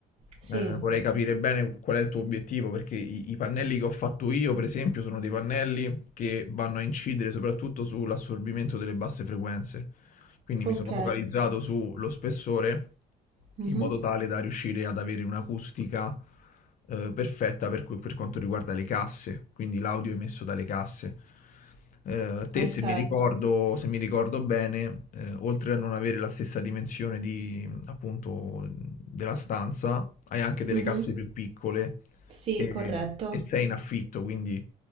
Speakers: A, on the right; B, on the left.
A: sì,
B: eh, vorrei capire bene qual è il tuo obiettivo, perché i, i pannelli che ho fatto io, per esempio, sono dei pannelli che vanno a incidere soprattutto sull'assorbimento delle basse frequenze. Quindi
A: ok,
B: mi sono focalizzato sullo spessore
A: mhm,
B: in modo tale da riuscire ad avere un'acustica eh, perfetta per, que- per quanto riguarda le casse, quindi l'audio emesso dalle casse. Eh, te,
A: ok,
B: se mi ricordo, se mi ricordo bene, eh, oltre a non avere la stessa dimensione di, appunto, della stanza, hai anche delle
A: mhm,
B: casse più piccole
A: sì,
B: e,
A: corretto.
B: e sei in affitto, quindi,